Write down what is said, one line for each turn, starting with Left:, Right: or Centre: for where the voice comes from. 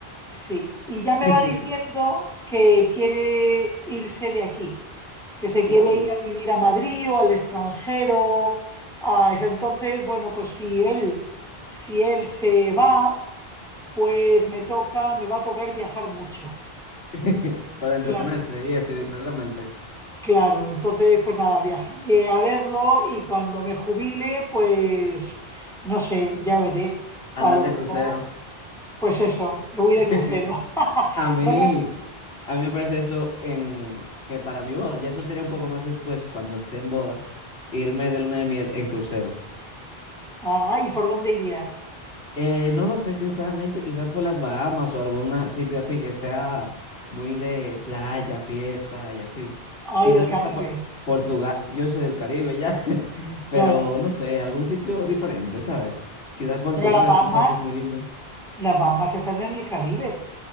Centre: Sí, y ya me
Left: <laughs>
Centre: va diciendo que quiere irse de aquí, que se quiere
Left: Oh,
Centre: ir a vivir a Madrid o al extranjero, a eso. Entonces, bueno, pues si él, si él se va, pues me toca, me va a tocar viajar mucho.
Left: <laughs> para entretenerse
Centre: Claro,
Left: y eso, y distraer la mente.
Centre: claro. Entonces, pues nada, viajaré a verlo y cuando me jubile, pues no sé, ya veré. A
Left: Andar
Centre: lo
Left: de crucero.
Centre: mejor, pues eso, me voy de
Left: <laughs>
Centre: crucero. <laughs>
Left: A mí,
Centre: ¿Dónde-
Left: a mí me parece eso en que para mi boda, ya eso sería un poco más después, cuando esté en boda, irme de luna de miel en crucero.
Centre: Ah, ¿y por dónde irías?
Left: Eh, no lo sé, sinceramente, quizás por las Bahamas o algún sitio así que sea muy de playa, fiesta y así.
Centre: Ay,
Left: Quizás
Centre: el Caribe,
Left: hasta por- Portugal, yo soy del Caribe ya, <laughs> pero
Centre: claro.
Left: no sé, algún sitio diferente, ¿sabes? Quizás Portugal,
Centre: Pero las Bahamas,
Left: he escuchado que es muy lindo.
Centre: las Bahamas están en el Caribe,